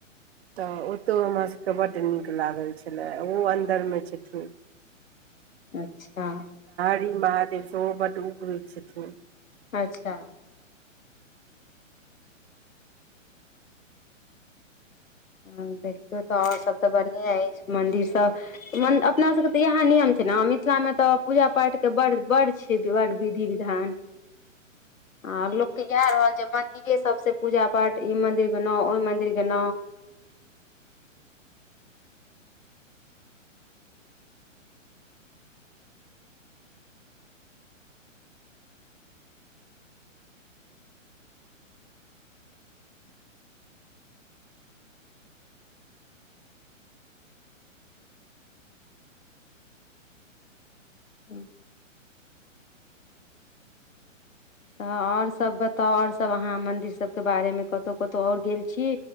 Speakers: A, on the right; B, on the left.
A: तऽ ओतौ हमरासभके बड्ड नीक लागल छलय ओहो अन्दरमे छू
B: अच्छा
A: हरि महादेव सेहो बड्ड उग्र छथिन
B: अच्छा देखियौ तऽ आओर सभ तऽ बढ़िए अछि मन्दिर सब म अपना सभके तऽ इएह नियम छै ने मिथिलामे तऽ पूजा पाठके ब बड़ड छै ब विधि विधान <inaudible> आ लोक के इएह रहल जे मंदिरे सब से पूजा पाठ ई मंदिर ग ओहि मंदिर गो ह्म तऽ आओर सब बताउ आओर सब अहाँ मंन्दिर सबके बारेमे कतहु कतहु आओर गेल छी